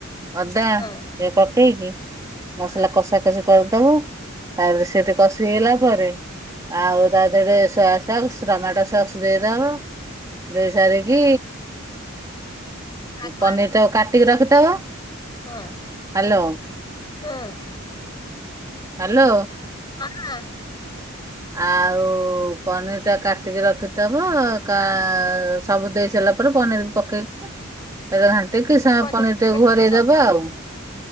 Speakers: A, on the right; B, on the left.
A: ଅଦା
B: ହଁ
A: ଏରା ପକେଇକି ମସଲା
B: ହଁ
A: କଷା କଷି କରିଦବ ତାପରେ ସେଠି କସି ହେଲା ପରେ ଆଉ ତାଦେହରେ ସୋୟା ସକ୍ସ ଟମାଟୋ ସକ୍ସ ଦେଇଦବ। ଦେଇ ସାରିକି
B: ଶାଗ
A: ପନିର ତ କାଟିକି ରଖିଥବ?
B: ହଁ
A: ହ୍ୟାଲୋ
B: ହୁଁ।
A: ହାଲୋ!
B: ହଁ।
A: ଆଉ ପନିର୍ ଟା କାଟିକି ରଖିଥିବ କା ସବୁ ଦେଇ ସାରିଲା ପରେ ପନିରିକି ପକେଇକି ତାପରେ ଘାଣ୍ଟକି କିଛି ସମୟ
B: ପନିର
A: ପନିର୍ ଟିକିଏ ଘୋରେଇ
B: ହଁ
A: ଦବ ଆଉ।